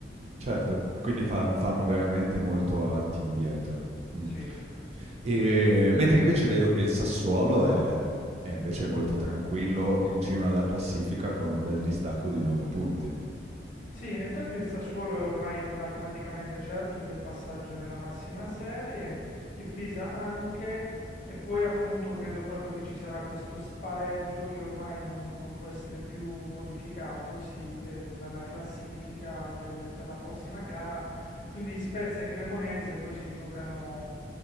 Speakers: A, on the right (about 35°); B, on the left (about 45°).
A: Certo, quindi fa- fanno veramente molto avanti e indietro. Mm.
B: Sì.
A: Ehm, mentre invece vedo che il Sassuolo è è invece molto tranquillo in cima alla classifica con un bel distacco di 9 punti.
B: Sì, in effetti il Sassuolo è ormai matematicamente certo del passaggio nella massima serie, il Pisa anche, e poi appunto credo proprio che ci sarà questo spareggio che ormai non, non può essere più modificato, si vedo dalla classifica delle- dalla prossima gara, quindi Spezia e Cremonese poi si giocano